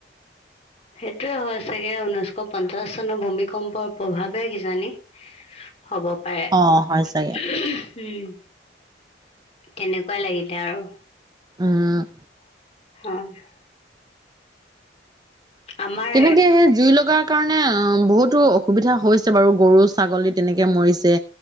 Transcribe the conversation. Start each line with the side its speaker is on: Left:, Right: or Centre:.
Left: সেইটোয়ে হয় চাগে ঊনৈশ পঞ্চাশ চনৰ ভূমিকম্পৰ প্ৰভাৱে কিজানি? হ'ব পাৰে।
Right: অ হয় চাগে
Left: উম, তেনেকুৱাই লাগিলে আৰু।
Right: উম,
Left: অহ ', আমাৰ
Right: তেনেকে সেই জুই লগাৰ কাৰণে অ, বহুতো অসুবিধা হৈছে বাৰু গৰু-ছাগলী তেনেকে মৰিছে